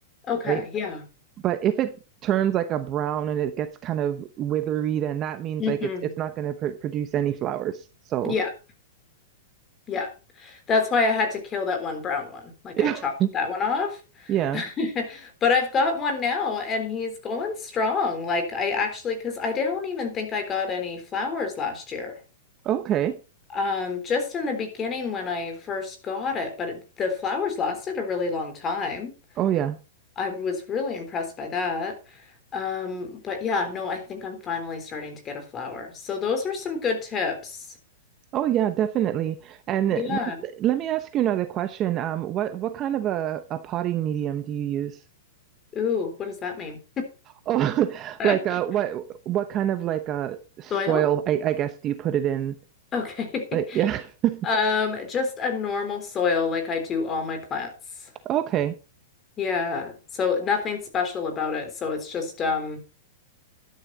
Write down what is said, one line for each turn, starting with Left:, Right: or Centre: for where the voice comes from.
Left: Okay.
Right: right?
Left: Yeah.
Right: But if it turns like a brown and it gets kind of withery, then that means
Left: Mm-hmm.
Right: like it's it's not going to pr produce any flowers. So
Left: Yeah. Yeah. That's why I had to kill that one brown one. Like
Right: <laughs>
Left: I chopped that one off.
Right: yeah.
Left: <laughs> But I've got one now and he's going strong. Like I actually, because I don't even think I got any flowers last year.
Right: Okay.
Left: Um, just in the beginning when I first got it, but it, the flowers lasted a really long time.
Right: Oh yeah.
Left: I was really impressed by that. Um, but yeah, no, I think I'm finally starting to get a flower. So those are some good tips.
Right: Oh yeah, definitely. And
Left: Yeah.
Right: let, let me ask you another question. Um, what what kind of a, a potting medium do you use?
Left: Ooh, what does that mean?
Right: Oh, <laughs>
Left: <laughs>
Right: like uh, what what kind of like uh soil
Left: Soil?
Right: I, I guess do you put it in?
Left: Okay.
Right: Like
Left: <laughs>
Right: yeah. <laughs>
Left: Um, just a normal soil like I do all my plants.
Right: Okay.
Left: Yeah. So nothing special about it. So it's just um